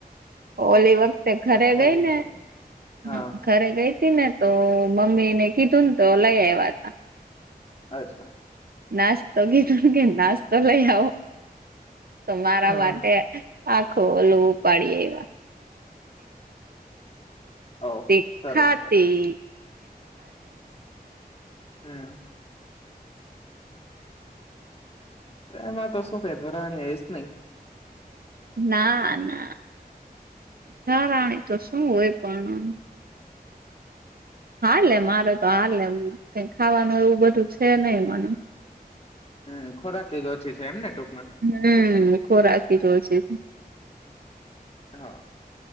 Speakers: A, on the right; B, on the left.
A: ઓલી વખતે ઘરે
B: ખાઈ
A: ગઈ
B: લીધું
A: ને,
B: હા
A: હ ઘરે ગઈ. ને તો મમ્મી ને કીધુંને, તો લઈ આવ્યા ત.
B: અચ્છા.
A: નાસ્તો કીધો કે, નાસ્તો લઈ આવો તો, મારા
B: હા
A: માટે. આખો ઓલું એવા.
B: ઓહો
A: તી
B: સરસ
A: ખાદી.
B: સરસ હમ્મ. એમાં તો શું ધરાણી આવીશ નહી.
A: નાના ધરાણી તો શું હોય પણ? હાલેે મારે તો, હાલેેમ કઈ ખાવાનું એવું બધું છે, નહી મને
B: હમ્મ, ખોરાક એ જ ઓછી છે, એમને ટૂકમાં
A: હમ્મ, ખોરાક જો ઓ છે.
B: હા,